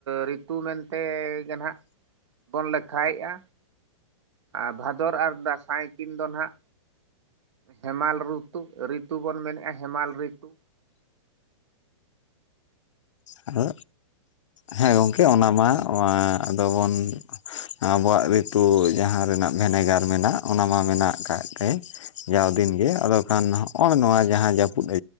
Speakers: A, on the right; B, on the left.
A: ᱨᱤᱛᱩ ᱢᱮᱱᱛᱮᱜᱮ ᱱᱟᱦᱟᱜ, ᱵᱚᱱ ᱞᱮᱠᱷᱟᱭᱮᱜᱼᱟ᱾ ᱟᱨ ᱵᱷᱟᱫᱚᱨ ᱟᱨ ᱫᱟᱸᱥᱟᱭ ᱠᱤᱱ ᱫᱚ ᱱᱟᱦᱟᱜ, ᱦᱮᱢᱟᱞ ᱨᱩᱛᱩ, ᱨᱤᱛᱩ ᱵᱚᱱ ᱢᱮᱱᱮᱜᱼᱟ ᱦᱮᱢᱟᱞ ᱨᱤᱛᱩ᱾
B: ᱟᱫᱚ ᱦᱮᱸ ᱜᱚᱝᱠᱮ, ᱚᱱᱟ ᱢᱟ ᱟᱫᱚ ᱵᱚᱱ, ᱟᱵᱚᱣᱟᱜ ᱨᱤᱛᱩ ᱡᱟᱦᱟᱸ ᱨᱮᱱᱟᱜ ᱵᱷᱮᱱᱮᱜᱟᱨ ᱢᱮᱱᱟᱜ, ᱚᱱᱟ ᱢᱟ ᱢᱮᱱᱟᱜ ᱠᱟᱜ ᱜᱮ, ᱡᱟᱣ ᱫᱤᱱ ᱜᱮ ᱟᱫᱚ ᱠᱷᱟᱱ ᱦᱚᱸᱜᱼᱚᱭ ᱱᱚᱣᱟ ᱡᱟᱦᱟᱸ ᱡᱟᱹᱯᱩᱫ ᱮ